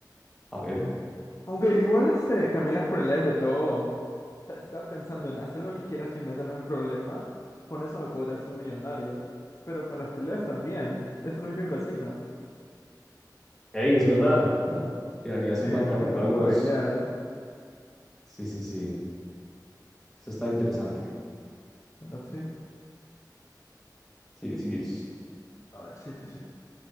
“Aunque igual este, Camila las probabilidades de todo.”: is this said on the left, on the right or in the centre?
Left